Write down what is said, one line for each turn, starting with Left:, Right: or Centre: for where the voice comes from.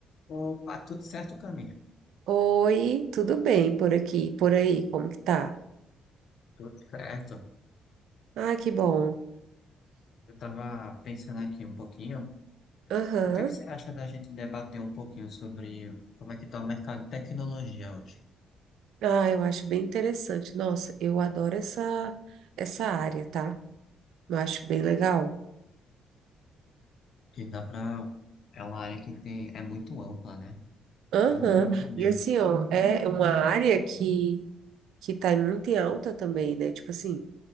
Left: Opa, tudo certo, Camille?
Right: Oi, tudo bem por aqui, por aí, como que tá?
Left: Tudo certo.
Right: Ah, que bom.
Left: Eu estava pensando aqui um pouquinho.
Right: Aham.
Left: O que é que você acha da gente debater um pouquinho sobre como é que está o mercado de tecnologia hoje?
Right: Ah, eu acho bem interessante. Nossa, eu adoro essa essa área, tá? Eu acho bem legal.
Left: Que dá para... É uma área que tem... é muito ampla, né?
Right: Aham.
Left: Muito ampla mesmo.
Right: E assim, ó, é uma área que que tá muito em alta também, né? Tipo assim,